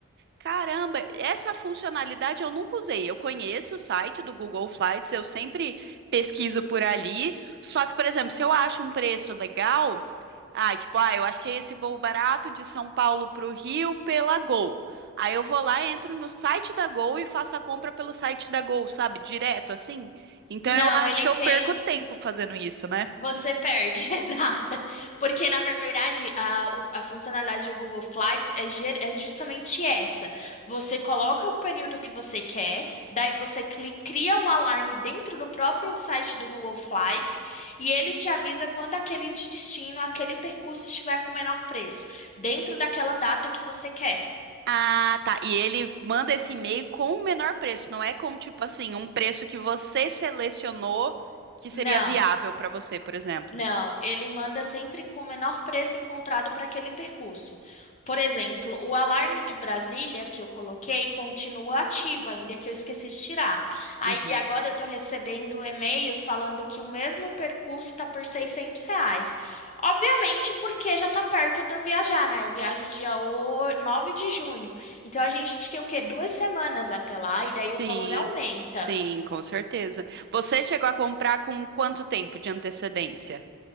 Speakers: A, on the right (about 50°); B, on the left (about 35°).
A: caramba, essa funcionalidade eu nunca usei. Eu conheço o site do Google Flights, eu sempre pesquiso por ali. Só que, por exemplo, se eu acho um preço legal. Ah, tipo, ah, eu achei esse voo barato de São Paulo para o Rio pela Gol. Aí eu vou lá, entro no site da Gol e faço a compra pelo site da Gol, sabe? Direto assim. Então
B: Não,
A: eu acho
B: ele
A: que
B: tem.
A: eu perco tempo fazendo isso, né?
B: Você perde, <laughs> exato. Porque, na verdade, a, o- a funcionalidade do Google Flights é, ger- é justamente essa. Você coloca o período que você quer, daí você cli- cria um alarme dentro do próprio site do Google Flights e ele te avisa quando aquele destino, aquele percurso estiver com o menor preço, dentro daquela data que você quer.
A: Ah, tá. E ele manda esse e-mail com o menor preço, não é com tipo assim, um preço que você selecionou que seria
B: Não.
A: viável para você, por exemplo.
B: Não, ele manda sempre com o menor preço encontrado para aquele percurso. Por exemplo, o alarme de Brasília que eu coloquei continua ativo ainda que eu esqueci de tirar. Aí
A: Uhum.
B: agora eu estou recebendo e-mails falando que o mesmo percurso está por 600 reais. Obviamente porque já está perto de eu viajar, né? Eu viajo dia o- 9 de junho. Então a gente tem o quê? Duas semanas até lá e daí
A: Sim,
B: o valor aumenta.
A: sim, com certeza. Você chegou a comprar com quanto tempo de antecedência?